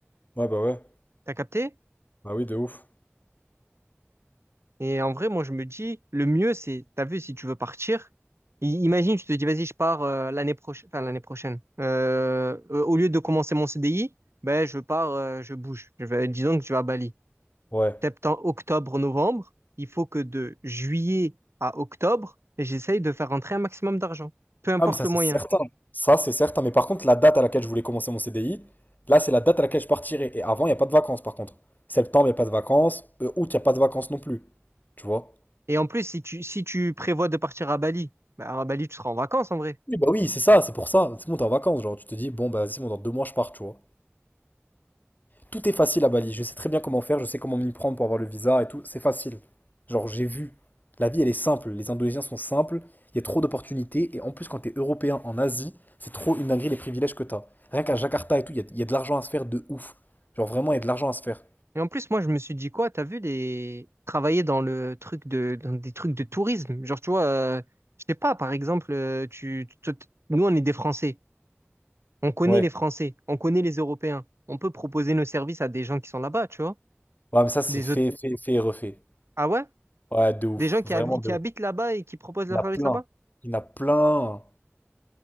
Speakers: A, on the left (about 40°); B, on the right (about 70°).
A: Ouais, bah ouais.
B: T'as capté?
A: Bah oui, de ouf.
B: Et en vrai, moi, je me dis, le mieux, c'est, t'as vu, si tu veux partir, i- imagine, tu te dis, vas-y, je pars euh, l'année prochaine, enfin, l'année prochaine. Euh, euh, au lieu de commencer mon CDI, ben, je pars, euh, je bouge. Je vais, disons que tu vas à Bali.
A: Ouais.
B: Septembre, octobre, novembre, il faut que de juillet à octobre, j'essaye de faire rentrer un maximum d'argent, peu importe
A: Ah, mais ça,
B: le
A: c'est
B: moyen.
A: certain. Ça, c'est certain. Mais par contre, la date à laquelle je voulais commencer mon CDI, là, c'est la date à laquelle je partirai. Et avant, il n'y a pas de vacances, par contre. Septembre, il n'y a pas de vacances. Euh, août, il n'y a pas de vacances non plus. Tu vois?
B: Et en plus, si tu, si tu prévois de partir à Bali, ben, à Bali, tu seras en vacances, en vrai.
A: Oui, bah oui, c'est ça, c'est pour ça. C'est bon, t'es en vacances, genre. Tu te dis, bon, bah, vas-y, c'est bon, dans deux mois, je pars, tu vois. Tout est facile à Bali. Je sais très bien comment faire, je sais comment m'y prendre pour avoir le visa et tout. C'est facile. Genre, j'ai vu. La vie, elle est simple. Les Indonésiens sont simples. Il y a trop d'opportunités. Et en plus, quand t'es européen en Asie, c'est trop une dinguerie les privilèges que t'as. Rien qu'à Jakarta et tout, il y a, il y a de l'argent à se faire de ouf. Genre, vraiment, il y a de l'argent à se faire.
B: Et en plus, moi, je me suis dit quoi, t'as vu les... Travailler dans le truc de... dans des trucs de tourisme. Genre, tu vois, euh, je sais pas, par exemple, euh, tu... tu- tu- nous, on est des Français. On connaît
A: Ouais.
B: les Français. On connaît les Européens. On peut proposer nos services à des gens qui sont là-bas, tu vois.
A: Ouais, mais ça, c'est
B: Des
A: fait,
B: autres...
A: fait, fait et refait.
B: Ah ouais?
A: Ouais, de ouf.
B: Des gens qui,
A: Vraiment
B: habi-
A: de
B: qui
A: ouf.
B: habitent là-bas et qui proposent leurs
A: Il y en
B: services
A: a plein.
B: là-bas?
A: Il y en a plein.